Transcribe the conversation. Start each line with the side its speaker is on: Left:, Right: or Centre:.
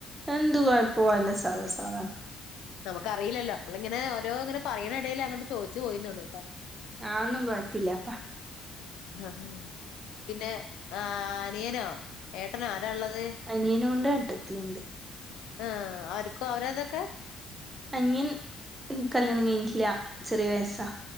Right: എന്തുകൊഴപോവല്ല സർവ്വസാധാ <unintelligible>
Left: നമുക്ക് അറിയില്ലല്ലോ നമ്മളിങ്ങനെ ഓരോ ങ്ങനെ പറയണ ഇടെല് അങ്ങോട്ട് ചോയിച്ചു പോയിന്നുള്ളൂ ട്ടോ.
Right: ആ ന്നും കൊഴപ്പില്ല അപ്പാ.
Left: ആഹ് പിന്നെ ആനിയനോ ഏട്ടനോ ആരാ ഉള്ളത്
Right: അനിയനും ഉണ്ട് ഏട്ടത്തിയുണ്ട്.
Left: ആഹ് അവർക്കോ അവരതൊക്കെ
Right: അനിയൻ കല്യാണം കഴിഞ്ഞിട്ടില്യ. ചെറിയ വയസ്സ
Left: ഉം